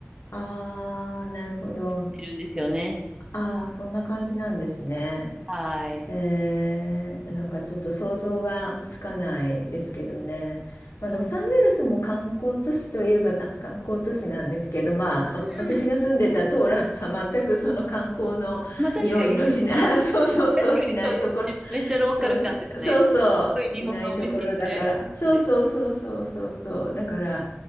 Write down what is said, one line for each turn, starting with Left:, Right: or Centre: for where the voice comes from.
Left: あー、なるほど。
Right: なってるんですよね。
Left: あー、そんな感じなんですね。
Right: はい。
Left: えー、なんかちょっと想像がつかないですけどね。まあ、
Right: そう
Left: ロサンゼルスも観光都市といえばた観光都市なんですけど、まあ、あ私が住んでたトーラスは全くその観光の匂いのしない、
Right: うんうんまあ確かに
Left: <laughs> そうそうそうしないところ
Right: 確かにそうですね。めっちゃローカル感ですね。
Left: そうし、そうそう、
Right: すごい日本のお店いっぱいありますしね。
Left: しないところだから、そうそうそうそうそうそう、だから、